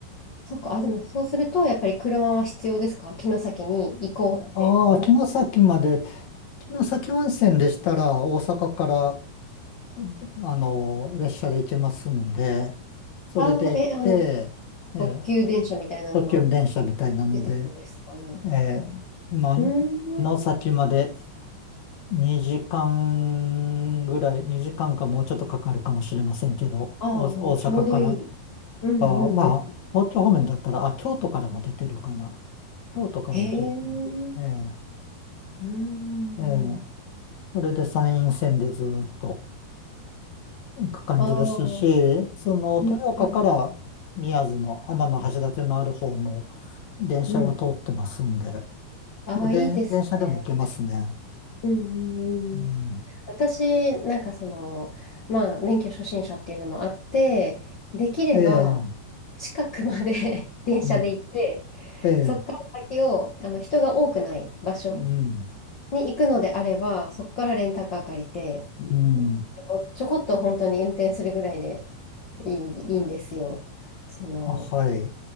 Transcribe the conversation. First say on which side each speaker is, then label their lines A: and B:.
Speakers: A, on the left; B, on the left.
A: そっか、あ、でもそうすると、やっぱり車は必要ですか城崎に行こうって
B: ああー、城崎まで、城崎温泉でしたら大阪からであの、列車で行けますんで、それで行って、
A: ああ、え、あの、
B: えー
A: 特急電車みたいなのが
B: 特急電車みたいなので、
A: 出てるんですかね。
B: えーまあ、
A: うーん。
B: 城崎まで2時間ぐらい、2時間かもうちょっとかかるかもしれませんけど、
A: ああ、
B: 大、大阪から、
A: ちょうどいい。うんうんうん。
B: あー、まあ、東京方面だったら、あ、京都からも出てるかな。京都から行けるかな。
A: へえ。
B: え
A: うーん。
B: ーえーそれで山陰線でずーっと。く感じですし、
A: ああ、
B: その豊岡から宮津の天橋立のある方も
A: うんうん
B: 電車は通ってますんで、
A: うん。ああ、
B: もうで電車でも行けますね。
A: いいですね。うんうんうん。
B: うん、
A: 私、なんかその、まあ、免許初心者っていうのもあって、できれば、
B: ええ、
A: 近くまで <laughs> 電車で行って、
B: うん、ええ、
A: そこから先を、あの、人が多くない場所
B: うん、
A: に行くのであれば、そこからレンタカー借りて、
B: うん、
A: ちょこ、ちょこっと本当に運転するぐらいでいい、いいんですよ。その、
B: あ、はい。